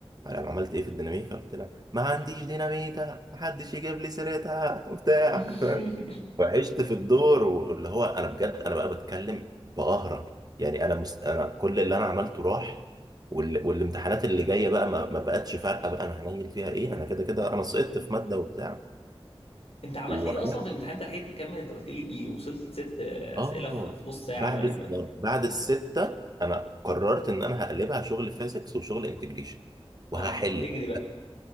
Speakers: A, on the right (about 40°); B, on the left (about 75°).
A: انا عملت ايه في الديناميكا قلت لها ما عنديش ديناميكا محدش يجيب لي سيرتها وبتاع
B: <laughs>
A: <laughs> وعشت في الدور واللي هو انا بجد انا بقى بتكلم بقهرة يعني انا مست... انا كل اللي انا عملته راح وال... والامتحانات اللي جايه بقى ما, ما بقتش فارقه بقى انا هنيل فيها ايه انا كده كده انا سقطت في ماده وبتاع
B: انت عملت
A: وعملت
B: ايه اصلا في الامتحان انت لحقت تكمل انت قلت لي إيه؟ وصلت لست اسئله
A: اه
B: في في نص ساعه
A: بعد
B: باين
A: الس-
B: ولا
A: بعد السته انا قررت ان انا هقلبها شغل فيزيكس وشغل انتجريشن وهحل
B: اه وبتجري بقى